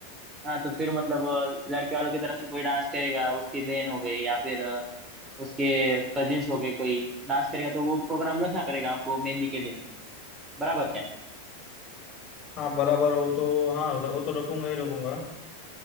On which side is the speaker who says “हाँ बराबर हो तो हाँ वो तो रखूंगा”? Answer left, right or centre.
Left